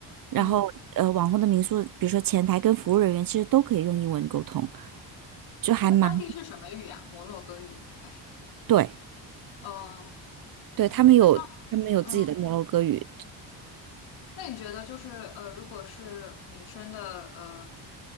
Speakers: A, on the right; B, on the left.
A: 然后呃，
B: 嗯，
A: 网红的民宿，比如说前台跟服务人员其实都可以用英文沟通。就还蛮
B: 他们当地是什么语言？摩洛哥语吗？还是？
A: 对
B: 哦，
A: 对，他们有他们有自己的摩洛哥语。
B: 那像。嗯。那你觉得就是呃，如果是女生的呃